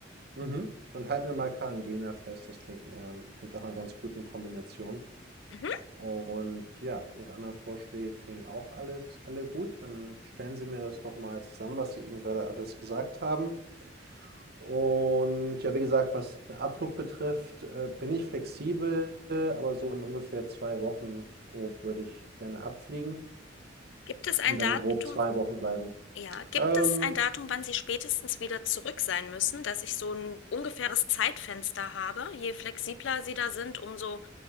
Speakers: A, on the right; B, on the left.
A: Mhm. Dann halten wir mal Cartagena fest. Das klingt, ähm klingt nach 'ner ganz guten Kombination.
B: Mhm.
A: Und ja, Ihre anderen Vorschläge klingen auch alles alle gut. Dann stellen Sie mir das doch mal zusammen, was Sie eben gerade alles gesagt haben. Und ja, wie gesagt, was den Abflug betrifft, äh, bin ich flexibel, aber so in ungefähr 2 Wochen grob würde ich gerne abfliegen
B: Gibt es ein
A: und
B: Datum
A: dann grob 2 Wochen bleiben.
B: Ja, gibt
A: Ähm,
B: es ein Datum, wann Sie spätestens wieder zurück sein müssen, dass ich so ein ungefähres Zeitfenster habe? Je flexibler Sie da sind, umso